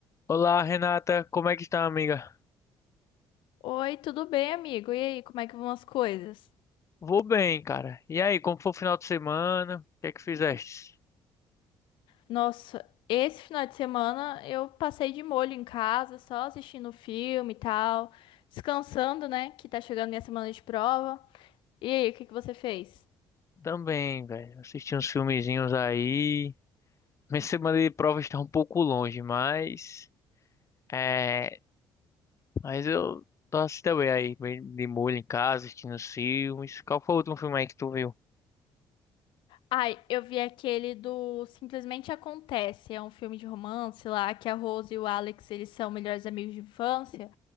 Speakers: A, on the left; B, on the left.
A: Olá, Renata, como é que está, amiga?
B: Oi, tudo bem, amigo? E aí, como é que vão as coisas?
A: Vou bem, cara. E aí, como foi o final de semana? O que é que fizeste?
B: Nossa, esse final de semana eu passei de molho em casa, só assistindo filme e tal, descansando, né? Que tá chegando minha semana de prova. E aí, o que que você fez?
A: Também, velho. Assisti uns filmezinhos aí. Minha semana de prova está um pouco longe, mas é, mas eu tô assistindo bem aí, bem de molho em casa, assistindo os filmes. Qual foi o último filme aí que tu viu?
B: Ai, eu vi aquele do Simplesmente Acontece, é um filme de romance lá, que a Rose e o Alex, eles são melhores amigos de infância.